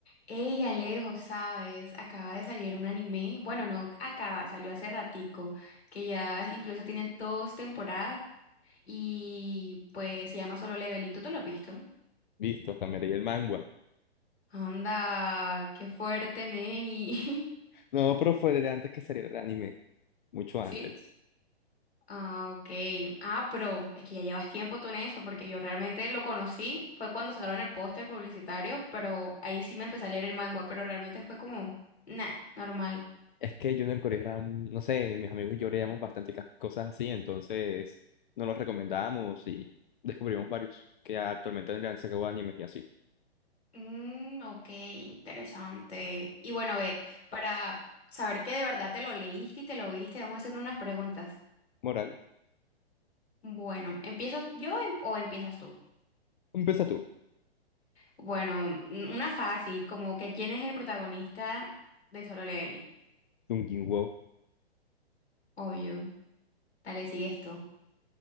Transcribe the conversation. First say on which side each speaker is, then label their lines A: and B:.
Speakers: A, on the left (about 75°); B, on the left (about 50°).
A: Ella lejos, ¿sabes? Acaba de salir un anime. Bueno, no acaba, salió hace ratico, que ya incluso tiene dos temporadas y pues se llama Solo Leveling. ¿Tú te lo has visto?
B: visto hasta me leí el manga.
A: Anda, qué fuerte, neni.
B: No, pero fue desde antes que saliera el anime, mucho
A: <laughs>
B: antes.
A: ¿Sí? Ah, ok. Ah, pero es que ya llevas tiempo tú en eso, porque yo realmente lo conocí, fue cuando sacaron el póster publicitario, pero ahí sí me empecé a leer el manga, pero realmente fue como, nah, normal.
B: Es que yo en el colegio era, un- no sé, mis amigos y yo leíamos bastante ca- cosas así, entonces nos los recomendábamos y descubrimos varios que actualmente le han sacado animes y así.
A: Mm, ok, interesante. Y bueno, ve, para saber que de verdad te lo leíste y te lo viste, vamos a hacer unas preguntas.
B: Moral,
A: Bueno, ¿empiezo yo em- o empiezas tú?
B: empieza tú.
A: Bueno, mm, una fácil, como que ¿quién es el protagonista de Solo Leveling?
B: Sung Jinwoo.
A: Obvio. Dale, sigue esto.